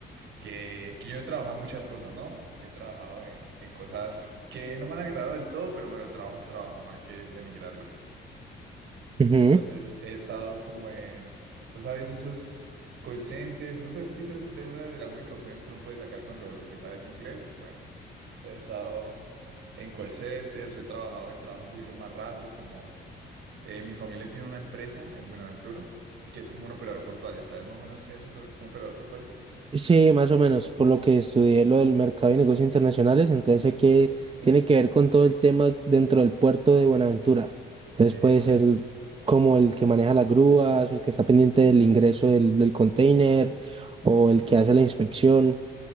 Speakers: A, on the right; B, on the right.
A: que yo he trabajado en muchas cosas, ¿no? He trabajado en, en cosas que no me han agradado del todo, pero bueno, trabajo es trabajo, no hay que denigrarlo.
B: Ujú.
A: Entonces he estado como en, vos sabes, esos call centers, vos sabes que esa es de una de las únicas opciones que uno puede sacar cuando lo que sabes es inglés. Bueno, he estado en call centers, he trabajado en trabajos un poquito más rasos, como eh, mi familia tiene una empresa en Buenaventura, que es como un operador portuario, ¿sabes más o menos qué es un, per- un operador portuario?
B: Sí, más o menos, por lo que estudié lo del mercado y negocios internacionales, entonces sé que tiene que ver con todo el tema dentro del puerto de Buenaventura. Entonces
A: Epa,
B: puede ser
A: Eh,
B: como el que maneja las grúas, o el que está pendiente del ingreso del, del container, o el que hace la inspección.